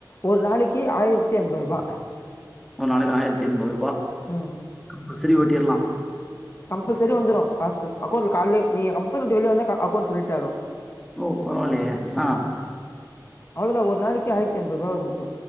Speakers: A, on the left (about 35°); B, in the centre.
A: ஒரு நாளைக்கு ஆயிரத்தி எண்பதுரூபா
B: ஒரு நாளைக்கு ஆயிரத்தி எண்பதுரூபா
A: ம்
B: கம்பல்சரி ஓட்டிர்லா
A: கம்பல்சரி வந்துரு காசு அக்கௌண்ட்ல கால்லே நீங்க கம்பனி விட்டு வெளிய வந்தா அக்கௌண்ட் கிரெடிட் ஆய்டு
B: ஓ பரவால்லயே அ
A: அவளதா ஒரு நாளைக்கு ஆயிரத்தி எண்பதுரூபா வரும் ப்ரோ